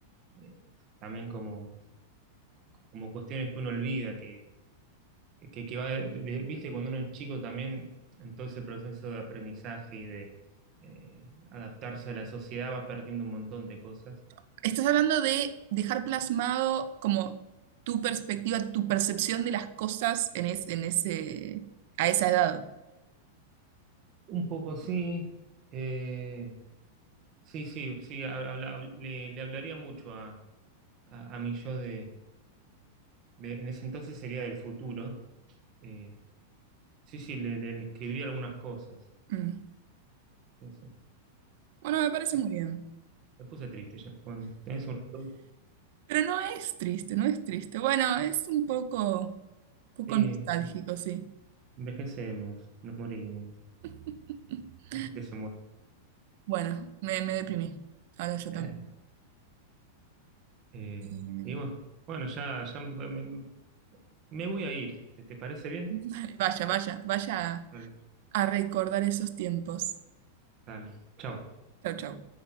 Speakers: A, on the right (about 25°); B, on the right (about 45°).
A: eh, también como, como cuestiones que uno olvida, que, que, que va, de- de- viste, cuando uno es chico también, en todo ese proceso de aprendizaje y de eh, adaptarse a la sociedad, va perdiendo un montón de cosas
B: <laughs> estás hablando de dejar plasmado como tu perspectiva, tu percepción de las cosas en, es- en ese, a esa edad.
A: Un poco sí. eh, sí, sí, sí, ha- habla- hab- le, le hablaría mucho a, a, a mi yo de, de- En ese entonces sería del futuro. eh, sí, sí, le, le- le escribiría algunas cosas.
B: Mm.
A: Sí, sí.
B: Bueno, me parece
A: Ya
B: muy bien.
A: me puse triste ya. Bueno, tenés una pregunta.
B: Pero no es triste, no es triste. Bueno, es un poco, un poco
A: Sí,
B: nostálgico, sí.
A: envejecemos, nos morimos,
B: <laughs>
A: la gente se muere.
B: Bueno, me, me deprimí. Ahora yo también.
A: Eh, eh,
B: Eh,
A: y bueno, bueno, ya, ya me, me- me voy a ir. ¿Te, te parece bien?
B: <laughs> vaya, vaya, vaya a
A: Dale,
B: a recordar esos tiempos.
A: dale. Chao.
B: Chau, chau.